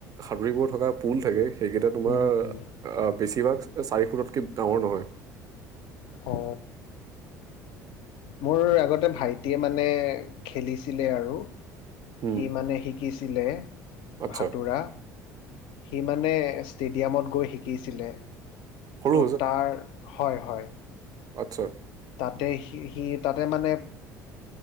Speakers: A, on the right; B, on the left.
A: সাদৰিব থকা পুল থাকে সেইকেইটা তোমাৰ
B: উম, উম,
A: বেছিভাগ চাৰি ফুটতকৈ ডাঙৰ নহয়।
B: অ মোৰ আগতে ভাইটিয়ে মানে খেলিছিলে আৰু
A: উম
B: সি মানে শিকিছিলে
A: আচ্ছা
B: সাতোৰা সি মানে ষ্টেডিয়ামত গৈ শিকিছিলে ত'
A: সৰু
B: তাৰ। হয় হয়।
A: আত্ছা।
B: তাতে সি সি তাতে মানে।